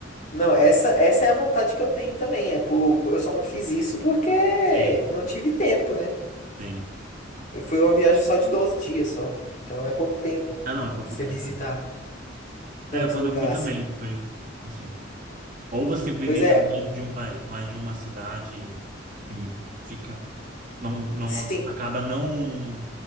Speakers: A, on the left (about 40°); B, on the right (about 45°).
A: Não, essa, essa é a vontade que eu tenho também. É por, eu só não fiz isso porque
B: Sim,
A: não tive tempo, né?
B: sim.
A: eu Foi uma viagem só de 12 dias só. Então é pouco tempo
B: Ah, não, é pouco
A: pra você
B: tempo,
A: visitar.
B: né?
A: tanto
B: É, quando
A: lugar
B: eu fui também,
A: assim.
B: foi assim. Ou você visita
A: Pois é,
B: mais de um país, mais de uma cidade e fica, não, não
A: sim,
B: acaba não